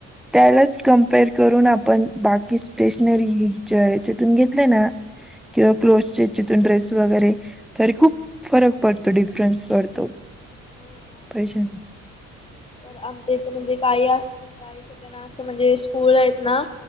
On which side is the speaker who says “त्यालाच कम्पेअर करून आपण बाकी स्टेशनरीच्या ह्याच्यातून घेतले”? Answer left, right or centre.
Centre